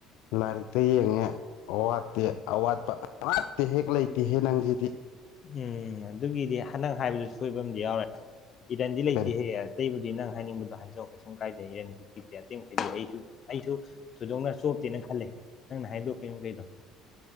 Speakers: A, on the left; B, on the left.
A: ꯂꯥꯏꯔꯤꯛꯇ ꯌꯦꯡꯉꯦ ꯑꯋꯥꯠꯇꯦ ꯑꯋꯥꯠꯄ ꯑꯃꯠꯇꯥ ꯍꯦꯛ ꯂꯩꯇꯦꯍꯦ ꯅꯪꯁꯤꯗꯤ
B: ꯎꯝ ꯑꯗꯨꯒꯤꯗꯤ ꯍꯅꯛꯍꯥꯏꯕꯗꯨ ꯁꯣꯏꯕ ꯑꯃꯗꯤ ꯌꯥꯎꯔꯦ ꯏꯗꯟꯗꯤ ꯂꯩꯇꯦꯍꯦ
A: ꯀꯔꯤ
B: ꯌꯥꯔ ꯑꯇꯩꯕꯨꯗꯤ ꯅꯪ ꯍꯥꯏꯅꯤꯡꯕꯗꯣ ꯍꯥꯏꯖꯧ ꯀꯩꯁꯨꯝ ꯀꯥꯏꯗꯦ ꯏꯔꯟ <unintelligible> ꯑꯇꯩ ꯃꯈꯩꯗꯤ ꯑꯩꯁꯨ ꯑꯩꯁꯨ ꯊꯣꯏꯗꯣꯛꯅ ꯆꯣꯞꯇꯦꯅ ꯈꯜꯂꯦ ꯅꯪꯅ ꯍꯥꯏꯗꯣꯛ ꯃꯈꯩꯗꯣ